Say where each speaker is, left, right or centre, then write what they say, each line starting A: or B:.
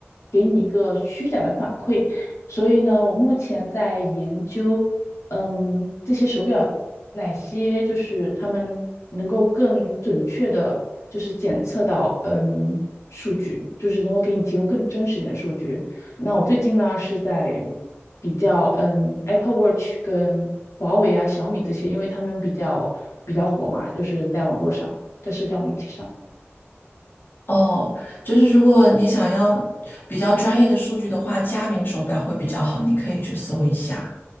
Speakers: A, on the left; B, on the left.
A: 给你一个虚假的反馈，所以呢，我目前在研究，嗯，这些手表哪些就是他们能够更准确的，就是检测到，嗯，数据，就是能够给你提供更真实点的数据。那我最近呢是在比较嗯 Apple Watch 跟华为啊、小米这些，因为他们比较比较火嘛，就是在网络上，在社交媒体上。
B: 哦，就是如果你想要比较专业的数据的话，佳明手表会比较好，你可以去搜一下。